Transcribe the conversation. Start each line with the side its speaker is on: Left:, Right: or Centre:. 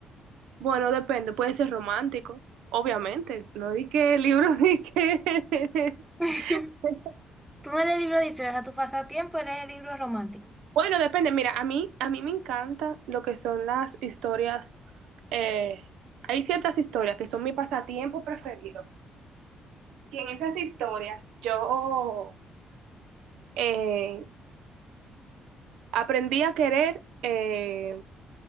Right: bueno, depende, puede ser romántico, obviamente, no di que libros, di que...
Centre: <laughs>
Right: <laughs>
Centre: Tú no lees libros de historia, o sea, tu pasatiempo es leer libros románticos.
Right: Bueno, depende, mira, a mí, a mí me encanta lo que son las historias, eh, hay ciertas historias que son mi pasatiempo preferido. Y en esas historias yo eh, aprendí a querer eh,